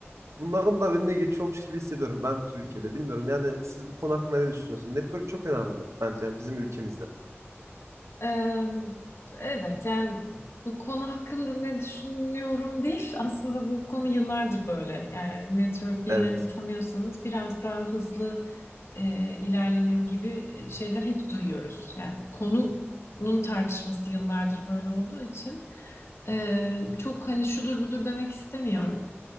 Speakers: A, on the right; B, on the left.
A: bunların da önüne geçiyormuş gibi hissediyorum ben Türkiye'de. Bilmiyorum yani siz bu konu hakkında ne düşünüyorsunuz? Network çok önemli bence yani bizim ülkemizde.
B: Ee, evet yani bu konu hakkında ne düşünüyorum değil. Aslında bu konu yıllardır böyle. Yani network birilerini
A: Evet.
B: tanıyorsanız biraz daha hızlı e, ilerleniyor gibi e, şeyler hep duyuyoruz. Yani konunun tartışması yıllardır böyle olduğu için e, çok hani şudur budur demek istemiyorum.